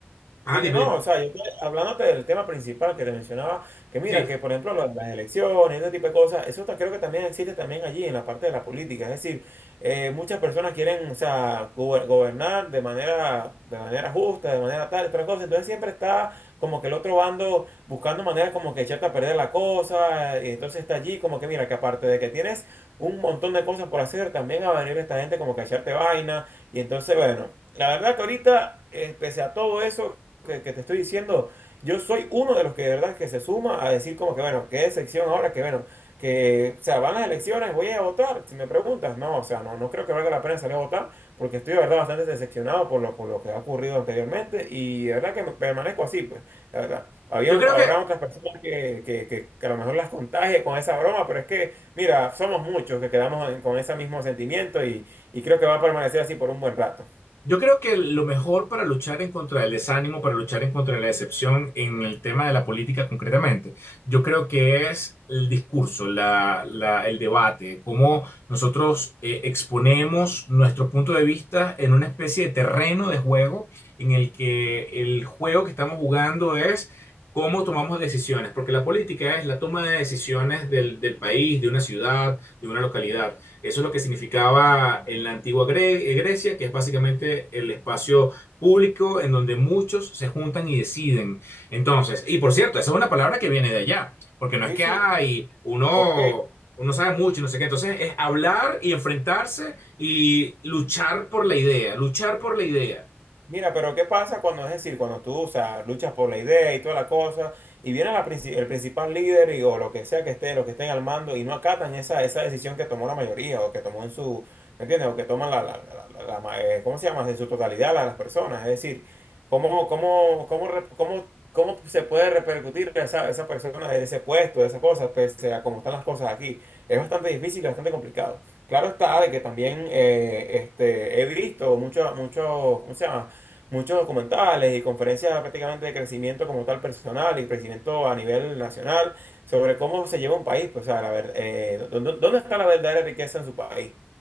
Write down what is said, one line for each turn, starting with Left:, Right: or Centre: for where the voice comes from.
Left: ah,
Right: Dime,
Left: dime,
Right: no,
Left: dime.
Right: o sea, yo estoy hablándote del tema principal que te mencionaba, que mira,
Left: Sí,
Right: que por ejemplo lo de las elecciones, ese tipo de cosas, eso ta- creo que también existe también allí en la parte de la política, es decir, eh, muchas personas quieren, o sea, gober- gobernar de manera, de manera justa, de manera tal, y otra cosa, entonces siempre está como que el otro bando buscando maneras como que echarte a perder la cosa, y entonces está allí como que mira, que aparte de que tienes un montón de cosas por hacer, también va a venir esta gente como que a echarte vaina, y entonces, bueno. La verdad que ahorita, eh, pese a todo eso, que, que te estoy diciendo, yo soy uno de los que de verdad que se suma a decir como que bueno, qué sección ahora, que bueno, que, o sea, van las elecciones, voy a votar, si me preguntas, no, o sea, no, no creo que valga la pena salir a votar, porque estoy de verdad bastante decepcionado por lo, por lo que ha ocurrido anteriormente y de verdad que me- permanezco así, pues, la verdad. Había,
Left: yo creo
Right: ot- habrá
Left: que
Right: otras personas que, que, que, que a lo mejor las contagie con esa broma, pero es que, mira, somos muchos que quedamos en- con ese mismo sentimiento y, y creo que va a permanecer así por un buen rato.
Left: Yo creo que lo mejor para luchar en contra del desánimo, para luchar en contra de la decepción en el tema de la política concretamente, yo creo que es el discurso, la- la- el debate, cómo nosotros eh, exponemos nuestro punto de vista en una especie de terreno de juego en el que el juego que estamos jugando es cómo tomamos decisiones, porque la política es la toma de decisiones del del país, de una ciudad, de una localidad. Eso es lo que significaba en la antigua Gre- eh, Grecia, que es básicamente el espacio público en donde muchos se juntan y deciden. Entonces, y por cierto, esa es una palabra que viene de allá, porque no
Right: Sí,
Left: es que
Right: sí,
Left: hay uno,
Right: ok.
Left: uno sabe mucho y no sé qué. Entonces, es hablar y enfrentarse y luchar por la idea, luchar por la idea.
Right: Mira, pero ¿qué pasa cuando, es decir, cuando tú, o sea, luchas por la idea y toda la cosa, y viene la princi- el principal líder y- o lo que sea que esté, lo que estén al mando y no acatan esa, esa decisión que tomó la mayoría o que tomó en su, ¿me entiendes? O que toman la, la, la- la- la ma- eh, ¿cómo se llama? En su totalidad la- las personas. Es decir, ¿cómo, cómo, cómo, re- cómo, cómo se puede repercutir esa, esa persona en ese puesto, de esa cosa, pese a cómo están las cosas aquí? Es bastante difícil y bastante complicado. Claro está de que también eh, este, he visto muchos, muchos, ¿cómo se llama? muchos documentales y conferencias prácticamente de crecimiento como tal personal y crecimiento a nivel nacional sobre cómo se lleva un país, pues, o sea, la ver- eh, dó- dó- ¿dónde está la verdadera riqueza en su país?